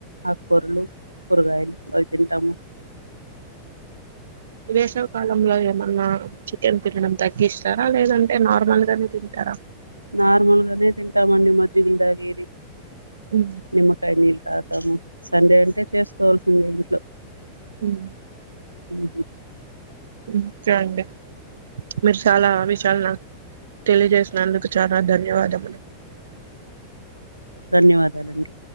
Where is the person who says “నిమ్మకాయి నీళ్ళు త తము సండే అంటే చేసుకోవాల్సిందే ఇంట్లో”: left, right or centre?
Right